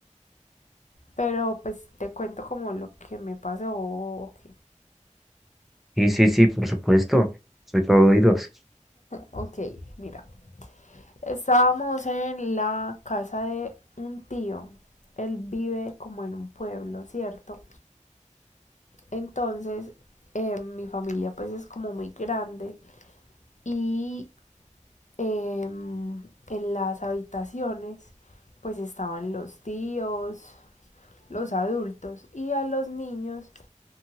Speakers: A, on the left; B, in the centre.
A: Pero pues te cuento como lo que me pasó. Ok,
B: Sí, sí, sí, por supuesto. Soy todo oídos.
A: ok, mira. Estábamos en la casa de un tío. Él vive como en un pueblo, ¿cierto? Entonces, eh, mi familia pues es como muy grande y eh, en las habitaciones pues estaban los tíos, los adultos y a los niños